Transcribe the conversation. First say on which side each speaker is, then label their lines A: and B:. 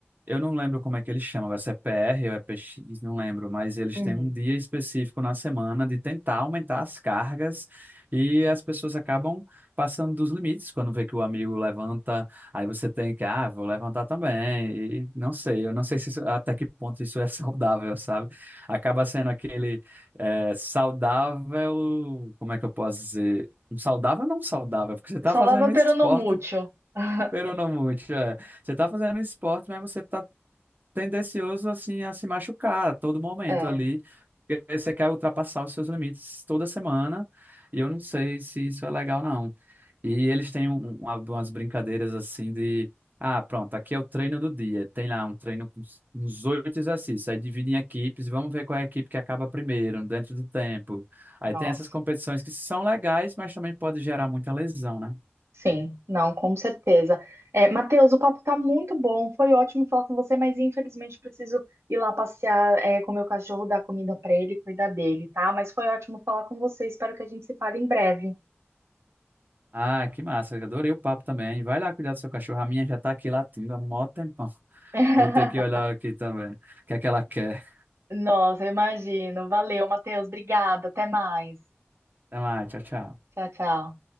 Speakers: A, on the right (about 45°); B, on the right (about 85°).
A: Eu não lembro como é que eles chamam, agora, se é PR ou é PX, não lembro, mas eles
B: Uhum.
A: têm um dia específico na semana de tentar aumentar as cargas e as pessoas acabam passando dos limites. Quando vê que o amigo levanta, aí você tem que, ah, vou levantar também. E não sei, eu não sei se isso- até que ponto isso é <laughs> saudável, sabe? Acaba sendo aquele é, saudável, como é que eu posso dizer? Saudável ou não saudável? Porque você tá
B: Só
A: fazendo
B: leva
A: um
B: pero
A: esporte,
B: no mútil. <laughs>
A: pero não muito. É. Você tá fazendo um esporte, mas você tá tendencioso assim a se machucar a todo momento
B: É,
A: ali. porque Você quer ultrapassar os seus limites toda semana, e eu não sei se isso é legal, não. E eles têm um- um, uma- umas brincadeiras assim de. Ah, pronto, aqui é o treino do dia. Tem lá um treino com uns uns oito exercícios. Aí dividem em equipes, vamos ver qual é a equipe que acaba primeiro, dentro do tempo. Aí
B: nossa.
A: tem essas competições que são legais, mas também pode gerar muita lesão, né?
B: Sim, não, com certeza. É, Matheus, o papo tá muito bom, foi ótimo falar com você, mas infelizmente preciso ir lá passear, é, com o meu cachorro, dar comida pra ele, cuidar dele, tá? Mas foi ótimo falar com você, espero que a gente se fale em breve.
A: Ah, que massa, eu adorei o papo também. Vai lá cuidar do seu cachorro. A minha já tá aqui latindo há mó tempão.
B: <laughs>
A: Vou ter que olhar aqui também. O que é que ela quer?
B: Nossa, eu imagino. Valeu, Matheus, obrigada, até mais.
A: Até mais, tchau, tchau.
B: Tchau, tchau.